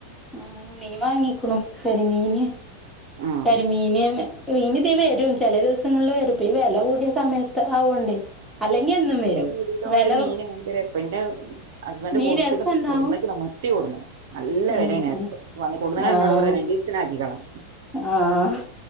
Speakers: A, in the centre; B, on the right (about 60°).
A: ആഹ് മീൻ വാങ്ങികുണു കരിമീന്
B: ഉം
A: കരിമീന് മീനിതീ വരും ചെലെ ദിവസങ്ങളില് വരും പ്പ ഈ വെല കൂടിയ സമയത്ത് ആവോണ്ടേ അല്ലെങ്കി എന്നും
B: വെല
A: വരും.
B: കൂടീതോണ്ട്
A: വെല
B: മീന് ഭയങ്കര പ്പന്റെ ഹസ്ബന്റ്
A: മീൻ
B: കൊടുത്ത്ക്ക്ണ്
A: രസണ്ടാവും.
B: കൊട്ന്ന്ക്ക്ണ് മ ത്തി കൂടുന്ന് നല്ല
A: ഉം
B: വെലേണറീണ്ട്
A: ഉം.
B: വന്ന്‌ കോടീനെന്നോട്
A: ആഹ്
B: പറയുന്ന് രണ്ടീസത്തിനാക്കിക്കൊള്ളാൻ ന്നോട് പറയാ രണ്ടീസത്തിനാക്കിക്കളാ
A: ആഹ്